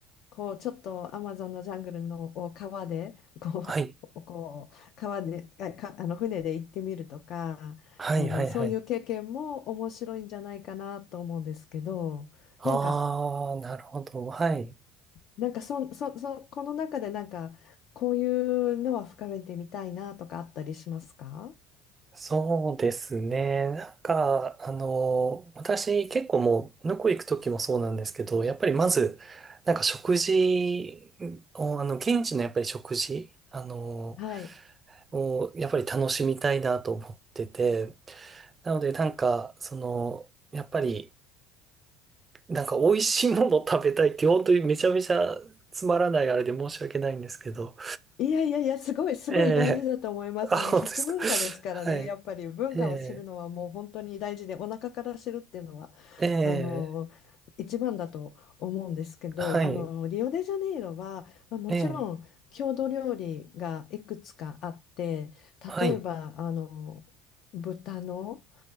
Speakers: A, on the left; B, on the right.
A: こう、ちょっとアマゾンのジャングルのを川で、こう、
B: はい、
A: こう川で、あ、か、あの船で行ってみるとか、
B: はい、
A: あの、
B: はい、
A: そういう経験も面白いんじゃないかなと思うんですけど、
B: はい。ああ、
A: なんか、
B: なるほど、はい。
A: なんかそん、そん、そこの中でなんか、こういうのは深めてみたいなとかあったりしますか
B: そうですね。なんか、あの、私結構もう、向こう行く時もそうなんですけど、やっぱりまず、なんか食事を、あの、現地のやっぱり食事、あの、
A: はい。
B: をやっぱり楽しみたいなと思ってて、なのでなんか、その、やっぱり、なんか美味しいものを食べたいって、本当にめちゃめちゃつまらないあれで申し訳ないんですけど、
A: いやいやいや、すごい、すごい大事だと思います。
B: ええあ、
A: あの、
B: 本当ですか。
A: 食文化ですからね、
B: <laughs> はい。
A: やっぱり文化を知るのはもう本当に大事で、
B: ええ
A: お腹から知るっていうのは、
B: ええ
A: あの、一番だと思うんですけど、
B: はい。
A: あの、リオデジャネイロは、まあ、もちろん郷土料理がいくつかあって、
B: ええはい。
A: 例えば、あの、豚の、